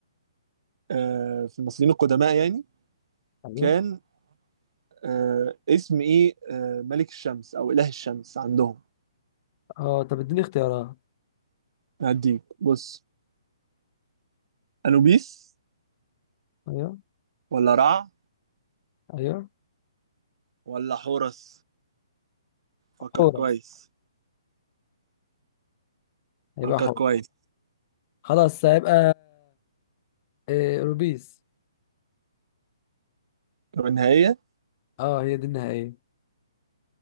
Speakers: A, on the right (about 60°); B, on the left (about 35°).
A: آه في المصريين القدماء يعني
B: ايوه
A: كان آه اسم ايه آه ملك الشمس او اله الشمس عندهم
B: اه طب اديني اختيارات
A: هديك بص انوبيس
B: ايوه
A: ولا رع
B: ايوه
A: ولا حورس فكر
B: حورس
A: كويس
B: هيبقى
A: فكر
B: حورس
A: كويس
B: خلاص هيبقى إيه روبيس
A: طب النهاية
B: اه هي دي النهائية